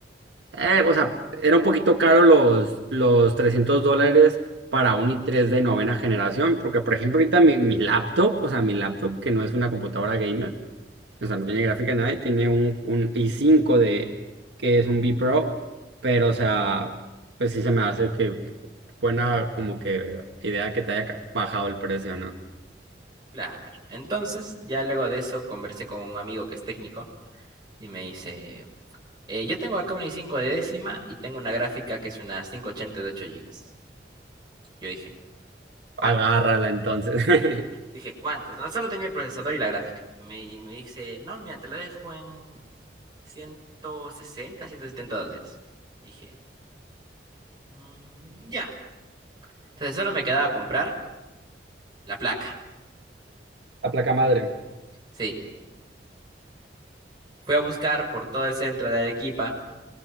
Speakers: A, on the right (about 75°); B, on the right (about 25°).
A: eh, o sea, era un poquito caro los, los 300 dólares para un i tres de novena generación, porque por ejemplo ahorita mi, mi laptop, o sea, mi laptop que no es una computadora gamer, o sea, no tiene gráfica ni nada, y tiene un, un i cinco de, que es un B Pro, pero o sea, pues sí se me hace que buena como que idea que te haya ca- bajado el precio, ¿no?
B: Claro. Entonces, ya luego de eso conversé con un amigo que es técnico y me dice, "Eh, yo tengo acá una i cinco de décima y tengo una gráfica que es una cinco ochenta de ocho gigas Yo dije, ¿cuánto?
A: Agárrala entonces. <laughs>
B: Dije, ¿cuántos? No, solo tenía el procesador y la gráfica. Me, y me dice, no, mira, te la dejo en 160, 170 dólares. Dije, "Mm, ya. Entonces solo me quedaba comprar la placa.
A: La placa madre.
B: Sí. Fui a buscar por todo el centro de Arequipa